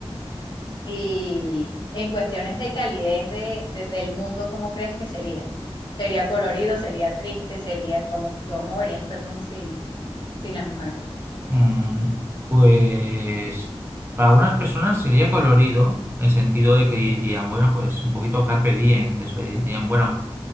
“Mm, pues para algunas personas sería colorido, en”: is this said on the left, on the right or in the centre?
Right